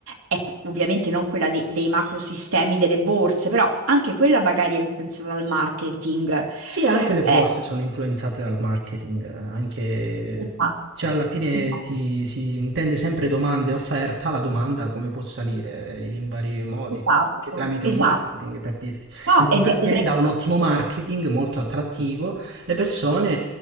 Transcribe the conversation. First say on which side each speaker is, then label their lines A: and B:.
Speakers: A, on the right; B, on the right.
A: è qu- ovviamente non quella dei, dei macrosistemi delle borse, però anche quella magari è influenzata dal marketing.
B: Sì, anche le borse
A: Eh,
B: sono influenzate dal marketing, eh, anche...
A: esatto,
B: Cioè, alla fine
A: esatto,
B: si, si intende sempre domanda e offerta, la domanda come può salire eh, in vari modi,
A: esatto.
B: anche tramite
A: esatto.
B: un marketing, per dirti.
A: No,
B: Senza
A: ed
B: un'azienda
A: è, ed è
B: ha un ottimo marketing, molto attrattivo, le persone